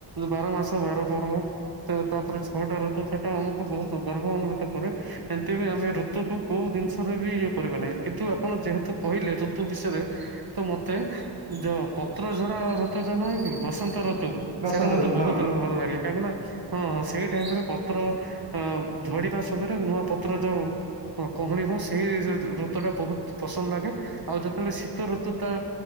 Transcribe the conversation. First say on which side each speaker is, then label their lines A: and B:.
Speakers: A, on the right (about 50°); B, on the right (about 75°).
A: ବାର ମାସ ବାର ପର୍ବ। ତ ତାପରେ ଛଅଟାଋତୁ ସେଟା ଆମକୁ ବହୁତ ଗର୍ବ ଅନୁଭୂତି କରେ ଏମିତି ବି ଆମେ ଋତ ଋତୁ କୁ କୋଉ ଦିନିଷରେ ବି ଇଏ କରିବେ ନାହିଁ କିନ୍ତୁ ଆପଣ ଯେହେତୁ କହିଲେ ଋତୁ ବିଷୟରେ ତ ମତେ ଯ ପତ୍ର ଝଡା ଋତୁ ଯୋଉ ନୁହେଁ କି ବସନ୍ତ ଋତୁ।
B: ବସନ୍ତ
A: ସେଇଟା ମତେ
B: ଋତୁ
A: ବହୁତ
B: ହଁ
A: ଉ ଭଲ ଲାଗେ କାହିଁକି ନା ହଁ ହଁ ସେଇ ଟାଇମ୍ ରେ ପତ୍ର ଅ ଝଡିବା ସମୟରେ ନୂଆ ପତ୍ର ଯୋଉ ହଁ କହଁଳିିବ ସେଇ ଋତୁ ଟା ବହୁତ୍ ପସନ୍ଦ ଲାଗେ। ଆଉ ଯେତେବେଳେ ଶୀତ ଋତୁ ତ